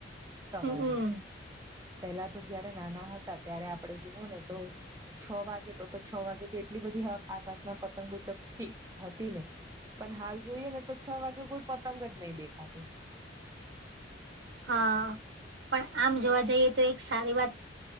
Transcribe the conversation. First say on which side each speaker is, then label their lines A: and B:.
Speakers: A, on the right (about 15°); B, on the right (about 70°).
A: સવારે.
B: હમ
A: પેલા તો જયારે નાના હતા ત્યારે આપણે જુઓ ને તો છ વાગે તો તો છ વાગે તો એટલી બધી આકાશમાં પતંગો ચગતી હતી ને. પણ હાલ જોઈએ ને તો છ વાગે કોઈ પતંગ જ નહીં દેખાતી.
B: હા પણ આમ જોવા જઈએ તો એક સારી વાત.